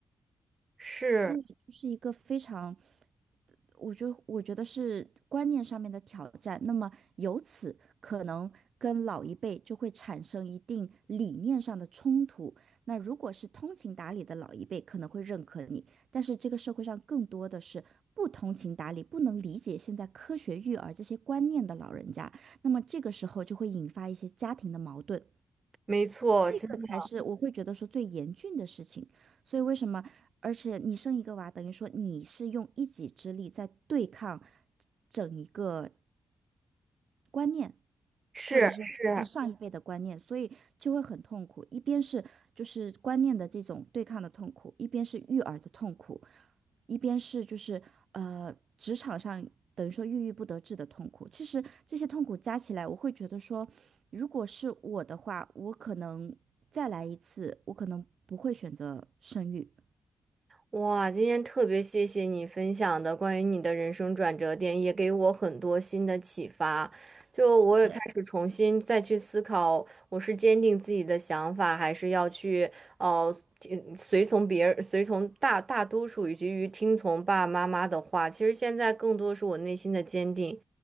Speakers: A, on the right; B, on the right.
A: 是，
B: 英语就是一个非常，我觉得我觉得是观念上面的挑战。那么由此可能跟老一辈就会产生一定理念上的冲突。那如果是通情达理的老一辈，可能会认可你，但是这个社会上更多的是不通情达理、不能理解现在科学育儿这些观念的老人家，那么这个时候就会引发一些家庭的矛盾。
A: 没错，真的
B: 这才是我会觉得说最严峻的事情。所以为什么？而且你生一个娃，等于说你是用一己之力在对抗整一个观念，
A: 是是。
B: 或者是一个上一辈的观念，所以就会很痛苦。一边是就是观念的这种对抗的痛苦，一边是育儿的痛苦。一边是就是呃职场上等于说郁郁不得志的痛苦，其实这些痛苦加起来，我会觉得说，如果是我的话，我可能再来一次，我可能不会选择生育。
A: 哇，今天特别谢谢你分享的关于你的人生转折点，也给我很多新的启发。就我也开始重新再去思考，
B: 对，
A: 我是坚定自己的想法，还是要去呃听随从别人、随从大大多数以及于听从爸爸妈妈的话。其实现在更多是我内心的坚定。